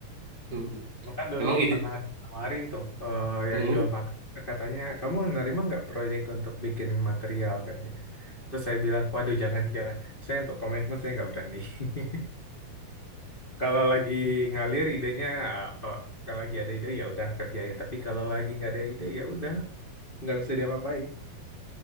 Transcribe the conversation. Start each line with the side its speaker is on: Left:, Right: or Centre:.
Right: Mm.
Left: Makan dulu
Right: Memang ide,
Left: pernah tawarin tuh eh, yang
Right: Mm.
Left: jual makan. Katanya, kamu nerima nggak proyek untuk bikinin material katanya. Terus saya bilang, waduh jangan, jangan. Saya untuk komitmen saya nggak berani. <laughs> Kalau lagi ngalir idenya, ah, kalau, kalau lagi ada ide ya udah kerjain. Tapi kalau lagi nggak ada ide ya udah nggak bisa diapa-apain.